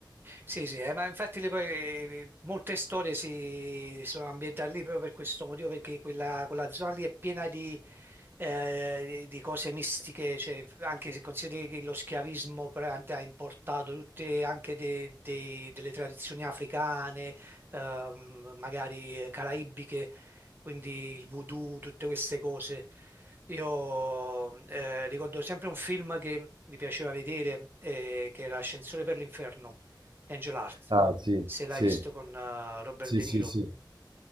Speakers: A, on the right; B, on the right.
A: Sì, sì, eh, ma infatti le- poi, eh, molte storie si sono ambientate lì proprio per questo motivo, perché quella, quella zona lì è piena di, eh, di di cose mistiche, cioè, anche se consideri che lo schiavismo praticamente ha importato tutte anche de- dei- delle tradizioni africane, ehm, magari caraibiche, quindi il voodoo, tutte queste cose. Io eh, ricordo sempre un film che mi piaceva vedere, eh, che era Ascensore per l'inferno. Angel Heart,
B: Ah, sì,
A: se l'hai
B: sì,
A: visto con eh, Robert
B: sì,
A: De
B: sì,
A: Niro,
B: sì,